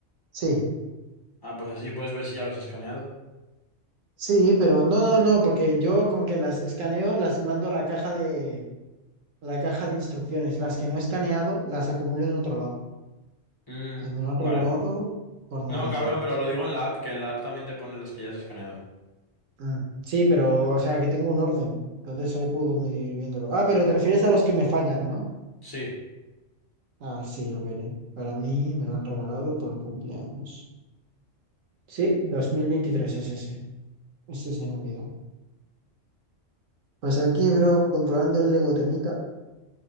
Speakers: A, on the right; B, on the left.
A: Sí,
B: Ah, pues así puedes ver si ya los has escaneado.
A: sí, pero no, no, no, porque yo como que las escaneo, las mando a la caja de, a la caja de instrucciones. Las que no he escaneado, las acumulo en otro lado.
B: Mm,
A: Eh, me lo han
B: vale.
A: regalado por Navidad.
B: No, cabrón, pero lo digo en la app, que en la app también te pone las que ya has escaneado.
A: Mm, Sí, pero, o sea, que tengo un orden. Entonces ahí puedo medir viéndolo. Ah, pero te refieres a los que me fallan, ¿no?
B: Sí.
A: Ah, sí, lo veré. Para mí me lo han regalado por el cumpleaños. Sí, 2023 es ese. Ese se me olvidó. Pues aquí, bro, controlando el Lego temita,